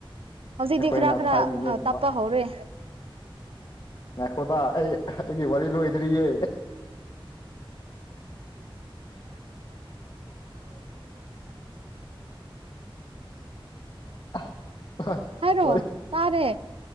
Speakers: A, on the right (about 85°); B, on the left (about 45°).
A: ꯍꯧꯖꯤꯛꯇꯤ
B: ꯑꯩꯈꯣꯏꯅ
A: ꯈꯔꯥ
B: ꯐꯥꯏꯚ
A: ꯈꯔꯥ
B: ꯃꯤꯅꯤꯠꯀꯨꯝꯕ
A: ꯑꯥ ꯇꯞꯄ ꯍꯧꯔꯦ
B: ꯉꯥꯏꯈꯣꯗꯥ ꯑꯩ ꯑꯩꯒꯤ ꯋꯥꯔꯤ ꯂꯣꯏꯗ꯭ꯔꯤꯌꯦ <unintelligible>
A: ꯍꯥꯏꯔꯣ ꯇꯥꯔꯦ